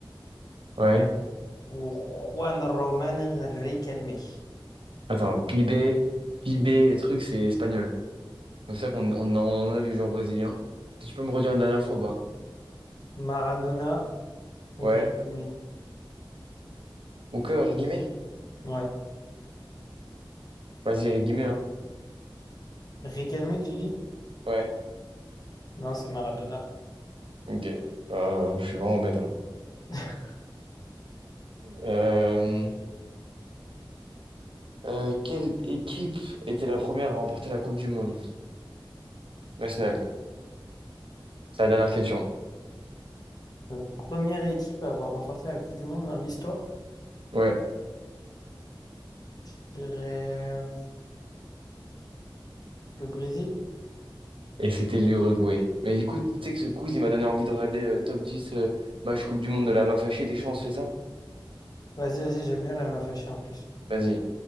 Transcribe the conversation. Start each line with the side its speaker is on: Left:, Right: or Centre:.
Right: ouais.
Left: ou Juan Román Riquelme.
Right: Attends, PIB, PIB, truc, c'est espagnol. Donc c'est ça qu'on on, en on avait joué en brésilien. Tu peux me redire une dernière fois, ou pas?
Left: Maradona ou
Right: Ouais.
Left: Riquelme.
Right: Ou que, Rigimé?
Left: Ouais.
Right: Vas-y, Rigimé, hein.
Left: Riquelme, tu dis?
Right: Ouais.
Left: Non, c'est Maradona.
Right: Ok. Euh, je suis vraiment bête alors.
Left: <laughs>
Right: Euh, euh, quelle équipe était la première à remporter la Coupe du Monde nationale? C'est la dernière question.
Left: La première équipe à avoir remporté la Coupe du Monde dans l'histoire,
Right: Ouais.
Left: je dirais euh, le Brésil.
Right: Et c'était l'Uruguay. Mais écoute, tu sais que ce quiz, il m'a donné envie de regarder euh, top dix. euh, match Coupe du Monde de la main fâchée. T'es chaud, on se fait ça?
Left: Vas-y, vas-y, j'aime bien, là, elle m'a fâché en plus.
Right: Vas-y.